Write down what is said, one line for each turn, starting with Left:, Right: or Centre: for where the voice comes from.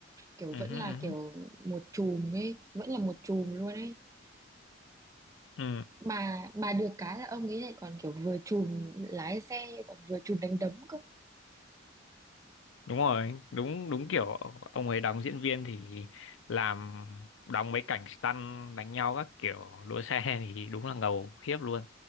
Right: kiểu
Left: ừ,
Right: vẫn
Left: hứ,
Right: là
Left: ừ,
Right: kiểu
Left: hứ.
Right: một chùm ấy vẫn là một chùm luôn ấy
Left: ừ.
Right: mà mà được cái là ông ấy lại còn kiểu vừa chùm lái xe còn vừa chùm đánh đấm cơ
Left: đúng rồi đúng đúng kiểu ông ấy đóng diễn viên thì làm đóng mấy cảnh stunt đánh nhau các kiểu đua xe <laughs> thì đúng là ngầu khiếp luôn